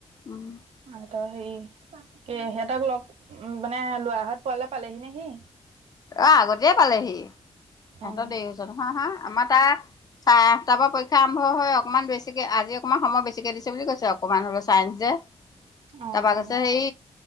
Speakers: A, on the left (about 35°); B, on the right (about 70°).
A: উম
B: <unintelligible> <unintelligible> সিহঁতক লগ উ মানে লৰাহত পোৱালে পালেহি নে সি
A: অ', আগতেয়ে পালেহি, ইহঁতৰ
B: অ'
A: দেৰি হৈছে নহয় আহা আমাৰ তাৰ চাৰে আঠটা পৰা পৰীক্ষা আৰম্ভ হয়, অকনমান বেছিকে, আজি অকনমান সময় বেছিকে দিছে বুলি কৈছে, অকনমান হল ছাইঞ্চ যে,
B: অ',
A: তাৰপৰা
B: অ',
A: কছে হেই